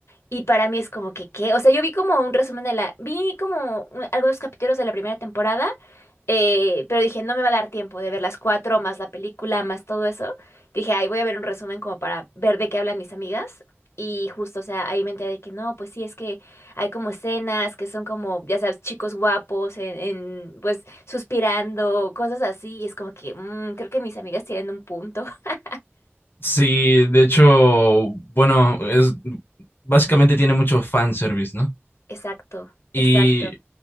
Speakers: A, on the left; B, on the left.
A: Y para mí es como que, ¿qué? O sea, yo vi como un resumen de la... Vi como un- algunos capítulos de la primera temporada, eh, pero dije, no me va a dar tiempo de ver las cuatro, más la película, más todo eso. Dije, ay, voy a ver un resumen como para ver de qué hablan mis amigas. Y justo, o sea, ahí me enteré de que no, pues sí, es que hay como escenas que son como, ya sabes, chicos guapos, en, en, pues suspirando, cosas así. Y es como que, mm, creo que mis amigas tienen un punto. <laughs>
B: Sí, de hecho, bueno, es, básicamente tiene mucho fanservice, ¿no?
A: Exacto,
B: Y
A: exacto.